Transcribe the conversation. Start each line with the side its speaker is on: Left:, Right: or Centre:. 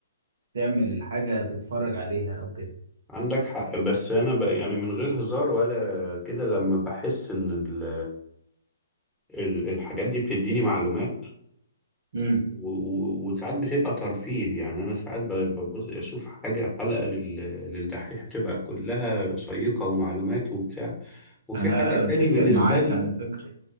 Right: تعمل الحاجه تتفرج عليها او كده
Centre: عندك حق بس أنا بقى يعني من غير هزار ولا كده لما بحس إن ال- ال- الحاجات دي بتديني معلومات
Right: امم
Centre: و- و- وساعات بتبقى ترفيه يعني أنا ساعات ب- ببص أشوف حاجة حلقة لل- للدحيح بتبقى كلها شيقة ومعلومات وبتاع وفي
Right: انا
Centre: حلقة
Right: اتفق
Centre: تاني بالنسبة
Right: معاك
Centre: لي
Right: على فكره